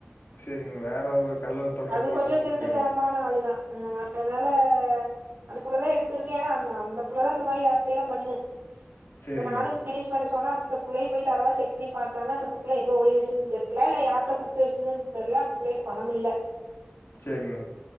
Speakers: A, on the left; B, on the right.
A: சரிங்க வேற ஒரு கல்ல தொடர்போடு
B: அது கொஞ்சோ திருட்டுத்தனமான
A: இருக்காங்க
B: ஆளுதா அதனால அந்த புள்ள தான் எடுத்து ஆனா அந்த புள்ளதான் இந்த மாதிரி இடம் பன்னு
A: சரிங்க
B: இப்ப நானும் மேனேஜ்ன் சொன்னா அந்த புள்ளைய போய் தெறவா செக் பண்ணி பாத்தாங்க அந்த புள்ள எங்க ஒளிய வச்சிதுனு தெரியல இல்ல யாருக்கிட்ட கொடுத்து வச்சிதுனு தெரியல அந்த பிள்ளைட்ட பணம் இல்ல
A: சரிங்க